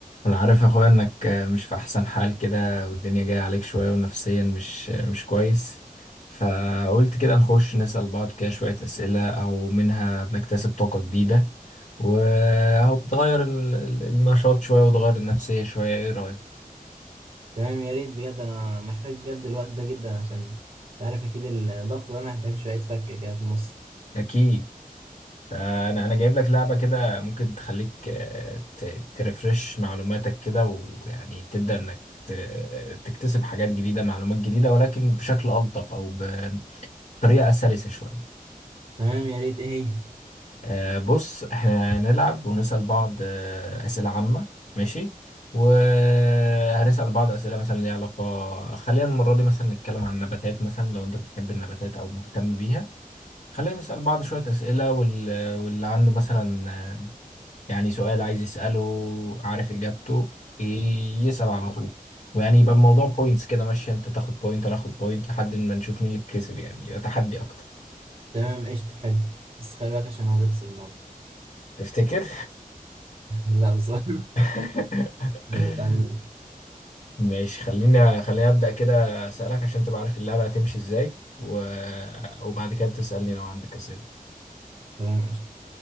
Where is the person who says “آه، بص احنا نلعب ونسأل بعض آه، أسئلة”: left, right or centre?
Left